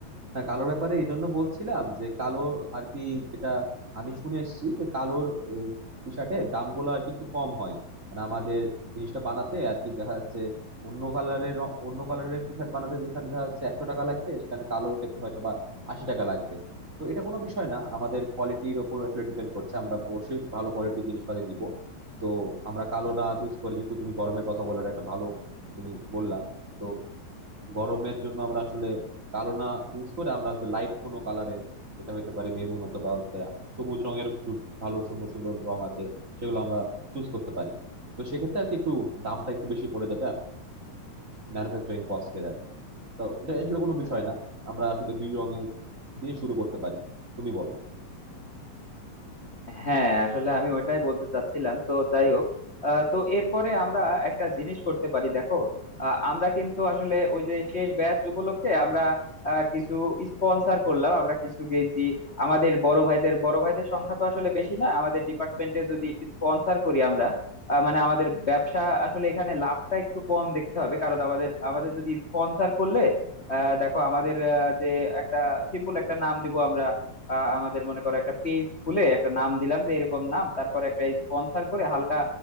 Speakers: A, on the right; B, on the left.
A: না কালোর ব্যাপারে এই জন্য বলছিলাম যে কালোর আর কি যেটা আমি শুনে এসেছি যে কালোর টি শার্টের দামগুলো আর কি একটু কম হয় মানে আমাদের জিনিসটা বানাতে আর কি দেখা যাচ্ছে অন্য কালারের অন্য কালারের টি শার্ট বানাতে যেখানে দেখা যাচ্ছে একশো টাকা লাগবে সেখানে কালোর ক্ষেত্রে হয়তো বা আশি টাকা লাগবে তো এটা কোনো বিষয় না আমাদের কোয়ালিটির ওপর আসলে ডিপেন্ড করছে আমরা অবশ্যই ভালো কোয়ালিটির জিনিসপাতি দিব তো আমরা কালো না চুজ করে যেহেতু তুমি গরমের কথা বলে একটা ভালো তুমি বললা তো গরমের জন্য আমরা আসলে কালো না ইউজ করে আমরা হচ্ছে লাইট কোনো কালারের যেটা হইতে পারে মেরুন অথবা হচ্ছে সবুজ রঙের কিছু ভালো সুন্দর সুন্দর রং আছে সেগুলো আমরা চুজ করতে পারি তো সেক্ষেত্রে আর কি একটু দামটা একটু বেশি পড়ে যাবে ম্যানুফ্যাকচারিং কস্টের আর কি তো এটা আসলে কোনো বিষয় না আমরা আসলে দুই রঙের দিয়ে শুরু করতে পারি তুমি বলো
B: হ্যাঁ আসলে আমি ওইটাই বলতে চাচ্ছিলাম তো যাই হোক আহ, তো এরপরে আমরা একটা জিনিস করতে পারি দেখো আহ, আমরা কিন্তু আসলে ওই যে শেষ ব্যাচ উপলক্ষে আমরা আহ, কিছু স্পন্সর করলাম আমরা কিছু গেঞ্জি আমাদের বড় ভাইদের বড় ভাইদের সংখ্যা তো আসলে বেশি না আমাদের ডিপার্টমেন্টে যদি স্পন্সর করি আমরা আহ, মানে আমাদের ব্যবসা আসলে এখানে লাভটা একটু কম দেখতে হবে কারণ আমাদের আমাদের যদি স্পন্সর করলে আহ, দেখো আমাদের আহ, যে একটা সিম্পল একটা নাম দিব আমরা আহ, আমাদের মনে করো একটা পেজ খুলে একটা নাম দিলাম যে এরকম নাম তারপর একটা স্পন্সর করে হালকা